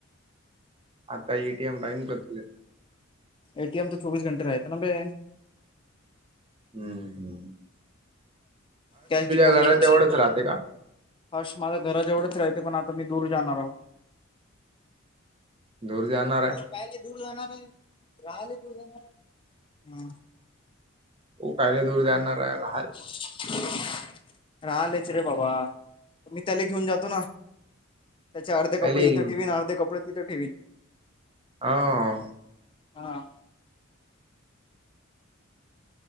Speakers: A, on the right; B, on the left.
A: आता एटीएम राहीन कर
B: एटीएम तर चोवीस घंटे राहते ना बे.
A: हम्म! हम्!
B: Cash deposit
A: घराजवळच
B: machine.
A: राहते का?
B: हर्श माझ घरज एवढंच राहतें पण आता मी दूर जाणार आहो.
A: दूर जाणार आहे.
B: पाहिले दूर जाणार आहे राहाले दूर जाणार आहे हम
A: त कायले दूर जाणार राहा
B: च चच राहालेच रे बाबा मी त्याला घेऊन जातो ना त्याचे अर्धे कपडे
A: त्याले
B: इथं
A: घेऊन
B: ठेवीन अर्धे कपडे तिथं ठेवीन
A: हो हो.
B: हा